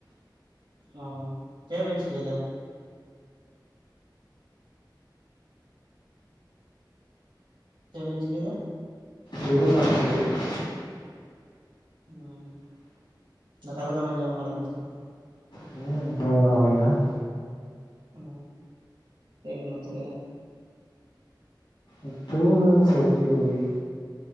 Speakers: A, on the right; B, on the left.
A: ᱚ ᱪᱮᱫ ᱵᱮᱱ ᱪᱤᱠᱟᱹᱭᱮᱫᱟ? ᱪᱮᱫ ᱵᱤᱱ ᱪᱤᱠᱟᱹᱭᱮᱫᱟ?
B: ᱫᱩᱲᱩᱵ ᱠᱟᱱᱟ ᱞᱤᱧ ᱫᱩᱲᱩᱵ ᱼᱼ
A: ᱦᱚᱭ ᱫᱟᱠᱟ ᱠᱚᱫᱚ ᱵᱮᱱ ᱡᱚᱢ ᱵᱟᱲᱟ ᱠᱮᱫᱟ ᱥᱮ ᱵᱟᱝ?
B: ᱦᱩᱸ ᱡᱚᱢ ᱵᱟᱼᱼ ᱲᱟ ᱦᱳᱭ ᱱᱟ ᱾
A: ᱚ ᱪᱮᱫ ᱵᱤᱱ ᱩᱛᱩ ᱞᱮᱜᱼᱟ?
B: ᱩᱛᱩ ᱫᱚ ᱥᱚᱵᱽᱡᱤ ᱠᱚ ᱜᱮ